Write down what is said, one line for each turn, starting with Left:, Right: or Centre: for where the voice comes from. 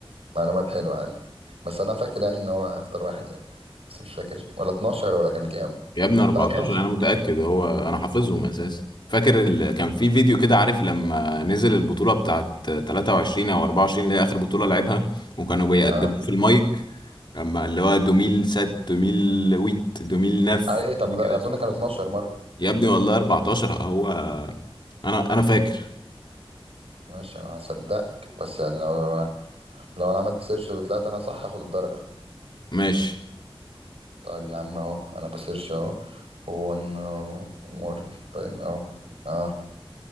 Right: معلومات حلوة يعني بس أنا فاكر يعني إن هو اختار واحد يعني بس مش فاكر ولا 12 ولا كان كام
Left: يا ابني 14
Right: لا كام 12
Left: انا متأكد هو انا حافظهم اساسا فاكر ال... كان في فيديو كده عارف لما نزل البطولة بتاعت 23 او 24 اللي هي اخر بطولة لعبها وكانوا بيقدموا
Right: اه
Left: في المايك اما اللي هو 2007 2008 2009
Right: أي طب ما ده أظن كان 12 مرة
Left: يا ابني والله 14 هو انا انا فاكر
Right: ماشي أنا هصدقك بس يعني لو لو أنا عملت سيرش وطلعت أنا صح هاخد الدرجة
Left: ماشي
Right: طيب يا عم أهو أنا بسيرش أهو ون مورج طيب أهو اه